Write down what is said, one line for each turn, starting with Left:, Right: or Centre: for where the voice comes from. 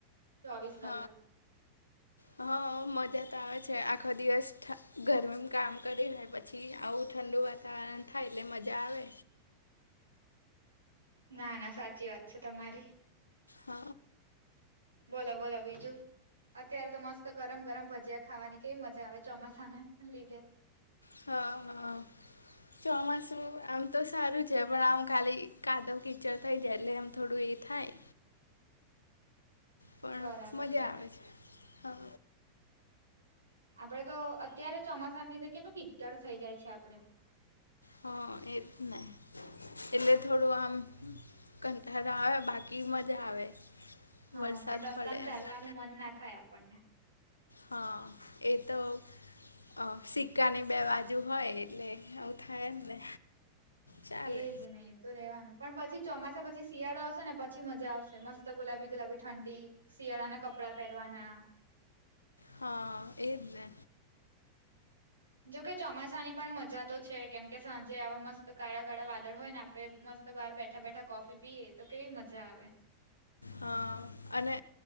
Right: ચોવીસ કલાક
Left: હ. હ મજા તો આવે છે, આખો દિવસ થ ગરમી કામ કરી પછી આવું ઠંડુ વા તાવરણ થાય એટલે મજા આવે
Right: ના ના સાચી વાત છે, તમારી
Left: હ.
Right: બોલો બોલો બીજું અ અત્યારે તો મસ્ત ગરમ ગરમ ભજીયા ખાવાની કેવી મજા આવે ચોમાસાને લીધે
Left: હ હ. ચોમાસું આમ તો સારું છે, પણ આમ ખાલી કાદવ કીચડ થઈ જાય એટલે એમ થોડું એ થાય પણ
Right: બરાબર
Left: મજા
Right: બરાબર
Left: આવે છે, હા
Right: આપડે તો અત્યારે ચોમાસાના લીધે કેટલું કીચડ થઇ જાય છે, આપડે
Left: હ એ જ ને એટલે થોડું આમ કંંટાળ આવે બાકી મજા આવે
Right: હ
Left: વરસાદ
Right: પણ રસ્તામાં
Left: પડે
Right: ચાલવાનું
Left: ને
Right: મન ના થાય આપણને
Left: હા એ તો અ સિક્કાની બે બાજુ હોય એટલે આવું થાય જ ને ચાલે
Right: એજ ને એ તો રેવાનું પણ પછી ચોમા પછી શિયાળો આવશે ને પછી મજા આવશે મસ્ત ગુલાબી ગુલાબી ઠંડી શિયાળાના કપડા પહેરવાના
Left: હ એજ ને
Right: જોકે ચોમાસાની પણ મજા તો છે, કેમ કે સાંજે આવા મસ્ત કાળા કાળા વાદળ હોય ને આપડે મસ્ત બહાર બેઠા બેઠા કોફી પીએ તો કેવી મજા આવે
Left: હ અને